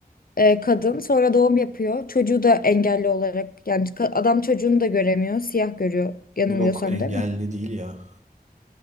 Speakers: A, on the left; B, on the right.
A: e, kadın. Sonra doğum yapıyor. Çocuğu da engelli olarak. Yani ka- adam çocuğunu da göremiyor. Siyah görüyor yanılmıyorsam
B: Yok engelli
A: değil mi?
B: değil ya.